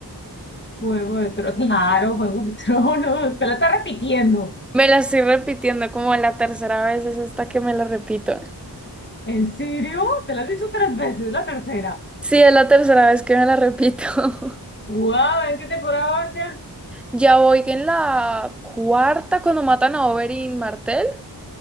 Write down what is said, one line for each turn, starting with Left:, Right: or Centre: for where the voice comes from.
Left: Juego de Tronos. Claro, Juego de Tronos. Te la estás repitiendo.
Centre: Me la estoy repitiendo como la tercera vez, es esta que me la repito.
Left: ¿En serio? Te la has visto tres veces, la tercera.
Centre: Sí, es la tercera vez que me la repito. <laughs>
Left: ¡Wow! ¿En qué temporada vas ya?
Centre: Ya voy en la cuarta cuando matan a Oberyn Martell.